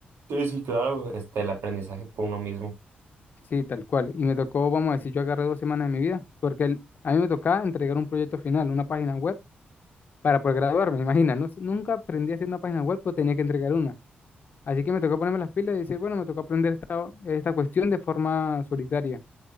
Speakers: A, on the right (about 85°); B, on the left (about 55°).
A: Sí, sí, claro. Este, el aprendizaje por uno mismo.
B: sí, tal cual. Y me tocó, vamos a decir, yo agarré dos semanas de mi vida, porque el- a mí me tocaba entregar un proyecto final, una página web, para poder graduarme, imagina, no, sé, nunca aprendí a hacer una página web, pues tenía que entregar una. Así que me tocó ponerme las pilas y decir, bueno, me tocó aprender esta, esta cuestión de forma solitaria.